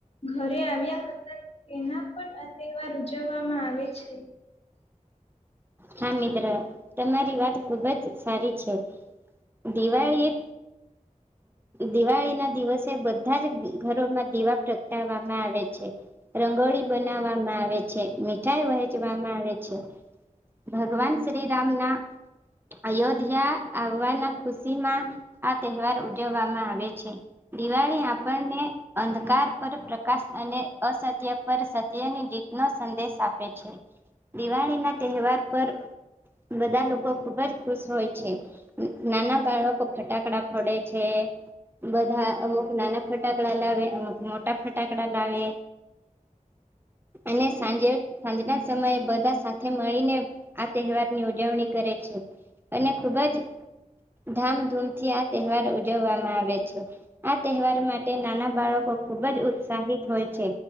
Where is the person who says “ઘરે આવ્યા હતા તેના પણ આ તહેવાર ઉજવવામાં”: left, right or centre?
Left